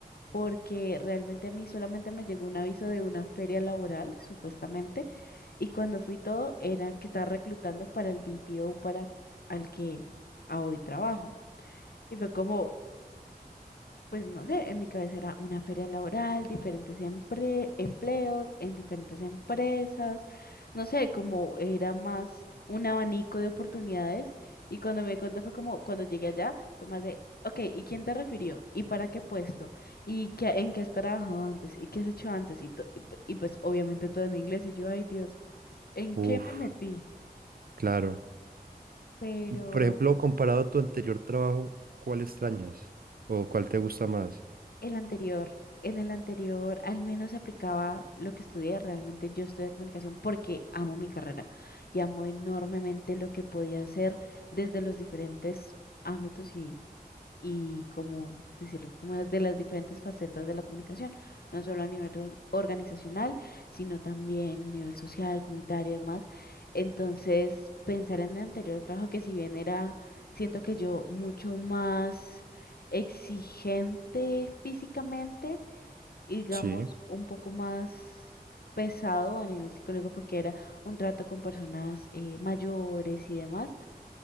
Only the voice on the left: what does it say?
porque realmente a mí solamente me llegó un aviso de una feria laboral, supuestamente, y cuando fui todo era que estaba reclutando para el BPO para al que a hoy trabajo. Y fue como pues no sé, en mi cabeza era una feria laboral, diferentes empre- empleos en diferentes empresas, no sé, como era más un abanico de oportunidades y cuando me di cuenta fue como, cuando llegué allá, fue más de, ok, ¿y quién te refirió? ¿Y para qué puesto? ¿Y qué, en qué has trabajado antes? ¿Y qué has hecho antes? Y, to- y pu- y pues obviamente todo en inglés y yo, ay Dios, ¿en
qué me metí?
Pero...
El anterior, en el anterior al menos aplicaba lo que estudié, realmente yo estudié comunicación porque amo mi carrera y amo enormemente lo que podía hacer desde los diferentes ámbitos y y como decirlo, como de las diferentes facetas de la comunicación, no solo a nivel or- organizacional, sino también a nivel social, comunitario y demás. Entonces, pensar en mi anterior trabajo, que si bien era, siento que yo mucho más exigente físicamente y digamos
un poco más pesado a nivel psicológico porque era un trato con personas eh, mayores y demás.